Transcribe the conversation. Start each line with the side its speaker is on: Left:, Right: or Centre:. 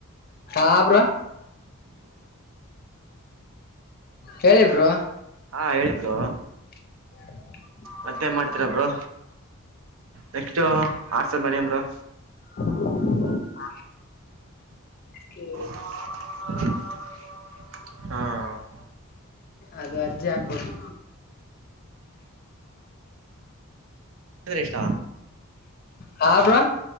Left: ಹಾ ಬ್ರೋ ಹೇಳಿ ಬ್ರೋ
Right: ಹಾ ಹೇಳಿ ಬ್ರೋ
Left: <unintelligible>
Right: ಮತ್ತೆನ್ ಮಾಡ್ತಿರಾ ಬ್ರೋ ನೆಕ್ಟ್ ಆರ್ ಸಾವಿರ ಮಾಡೀನಿ ಬ್ರೋ
Left: <unintelligible> ಹ್ಮ
Right: <inaudible> ಹ್ಮ
Left: ಅದು ಅರ್ಜಿ ಹಾಕ್ಬೇಕು
Right: ಇಷ್ಟ
Left: ಹಾ ಬ್ರೋ